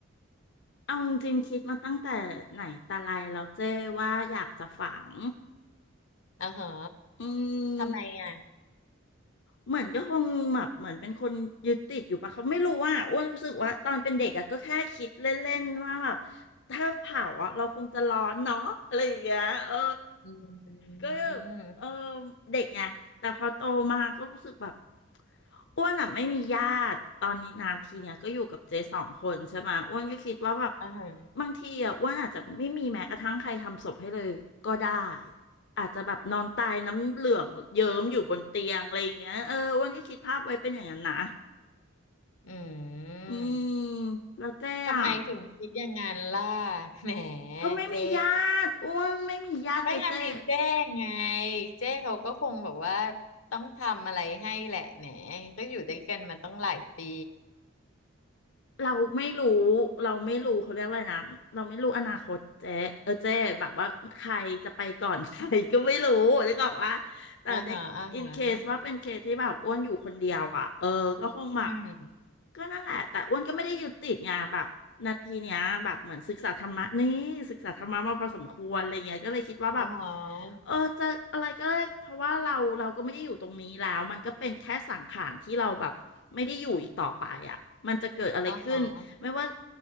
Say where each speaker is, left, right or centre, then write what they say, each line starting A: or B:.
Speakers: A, on the left; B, on the left.
A: เอาจริงๆคิดมาตั้งแต่ไหนแต่ไรแล้วเจ้ว่าอยากจะฝัง
B: อ่าฮะ
A: อื
B: ทำไมอ่ะ
A: มเหมือนก็คงแบบเหมือนเป็นคนยึดติดอยู่ปะเขาไม่รู้ว่าอ้วนรู้สึกว่าตอนเป็นเด็กอะก็แค่คิดเล่นๆว่าแบบถ้าเผาอะเราคงจะร้อนเนาะอะไรอย่างเงี้ยเออ
B: อืม
A: ก็เ
B: อืม
A: ออเด็กไงแต่พอโตมาก็รู้สึกแบบอ้วนอ่ะไม่มีญาติตอนนี้นานทีเนี่ยก็อยู่กับเจ๊สองคนใช่ไหมอ้วนก็คิดว่าแบบ
B: อ่าฮะ
A: บางทีอ่ะอ้วนอาจจะไม่มีแม้กระทั่งใครทำศพให้เลยก็ได้อาจจะแบบนอนตายน้ำเหลืองเยิ้มอยู่บนเตียงอะไรอย่างเงี้ยเอออ้วนก็คิดภาพไว้เป็นอย่างนั้นนะ
B: อืม
A: อืมแล้วเจ๊อ่ะ
B: ทำไมถึงคิดอย่างนั้นล่ะแหม
A: ก็ไม่มีญาติอ้วนไม่มีญาติเลยเจ๊
B: เจ๊ก็ยังมีเจ๊ไงเจ๊เขาก็คงแบบว่าต้องทำอะไรให้แหละแหมก็อยู่ด้วยกันมาต้องหลายปี
A: เราไม่รู้เราไม่รู้เขาเรียกอะไรนะเราไม่รู้อนาคตเจ๊เออเจ๊แบบว่าใครจะไปก่อน <laughs> ใครก็ไม่รู้นึกออกว่าแต่ในอินเคสว่าเป็นเคสที่แบบอ้วนอยู่คนเดียวอ่ะเออก็คงแบบ
B: อ่าฮะอ่าฮะอืม
A: ก็นั่นแหละแต่อ้วนก็ไม่ได้ยึดติดไงแบบนาทีเนี้ยแบบเหมือนศึกษาธรรมะนี่ศึกษาธรรมะมาพอสมควรอะไรเงี้ยก็เลยคิดว่าแบบ
B: อ่าฮะ
A: เออจะอะไรก็ได้เพราะว่าเราเราก็ไม่ได้อยู่ตรงนี้แล้วมันก็เป็นแค่สังขารที่เราแบบไม่ได้อยู่อีกต่อไปอ่ะมันจะเกิดอะไรขึ้นไม่ว่า
B: อ่าฮะ